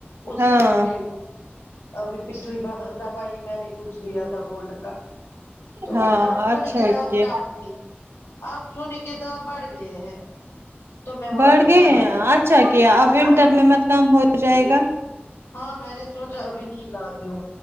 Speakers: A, on the left; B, on the right.
A: اس
B: ہاں
A: ٹائم لے لو ابھی پچھلی دفعہ ہی میں نے کچھ لیا تھا گولڈ کا تو
B: ہاں
A: تب سونے
B: اچھا
A: کے دام
B: کیا
A: کم تھے اب سونے کے دام بڑھ گئے ہیں تو میں واپس
B: بڑھ گئے
A: ہی آ گئی۔
B: اچھا کیا اب ونٹر
A: ہاں
B: میں مت کام ہو جائے گا
A: ہاں میں نے سوچا ابھی نہیں لاتی ہوں